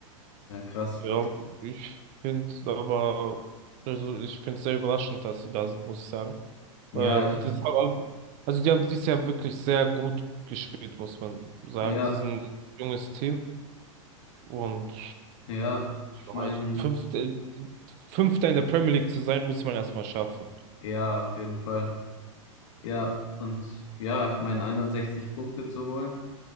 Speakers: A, on the left; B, on the right.
A: Ja, krass.
B: Ja, ich finde aber, also ich finde es sehr überraschend, dass sie da sind, muss ich sagen.
A: Ja,
B: Weil
A: ich,
B: das, haben- also die haben dieses Jahr wirklich sehr gut gespielt, muss man sagen.
A: ja,
B: Die sind ein junges Team und
A: ja, ich meine,
B: Also Fünfter, Fünfter in der Premier League zu sein, muss man erstmal schaffen.
A: ja, auf jeden Fall. Ja, und ja, ich meine, 61 Punkte zu holen.